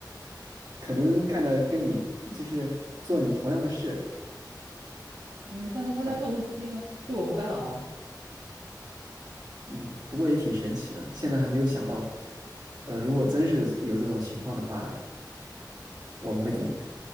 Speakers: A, on the right (about 65°); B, on the right (about 85°).
A: 可能干的跟你就是做你同样的事
B: 嗯嗯，但是它在不同空间啊，
A: 啊，
B: 对我不干扰啊。
A: 嗯，不过也挺神奇的，现在还没有想到，呃，如果真是有这种情况的话，
B: 嗯。
A: 我们会怎么？
B: 那怎么